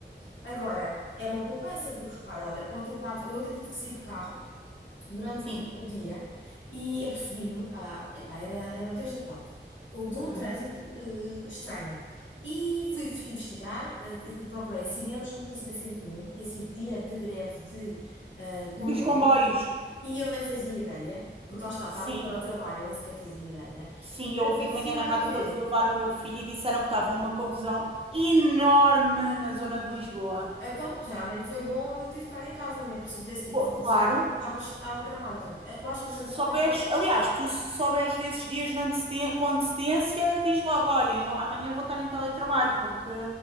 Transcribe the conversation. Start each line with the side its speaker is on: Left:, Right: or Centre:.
Left: Agora, é uma poupança, porque repara, olha, ontem, estava eu ontem tive que sair de carro durante
Right: Sim.
Left: o dia e apercebi-me, ah, epá, era, eram três da tarde, o- de um
Right: Uhum.
Left: trânsito eh, estranho. E fui f- investigar, eh, e procurei acidentes, não tinha sido acidente nenhum, tinha sido dia de greve de ah, comboio.
Right: Dos comboios.
Left: E eu nem fazia ideia, porque lá está, estava
Right: Sim,
Left: em teletrabalho, eu nem sequer fazia ideia.
Right: sim,
Left: E o que
Right: eu
Left: aconteceu
Right: ouvi de manhã na
Left: é
Right: rádio
Left: que,
Right: quando fui levar o meu filho e disseram que estava uma confusão enorme na zona de Lisboa.
Left: então, realmente foi bom eu ter ficado em casa, né? Porque se eu tivesse que
Right: Pô,
Left: ir presencial,
Right: claro,
Left: estava, estava tramada. Portanto, eu acho que
Right: se
Left: as grandes
Right: souberes,
Left: vantagens
Right: aliás, tu se souberes desses dias de antecedência, com antecedência, diz logo, olhem, eu amanhã vou estar em teletrabalho porque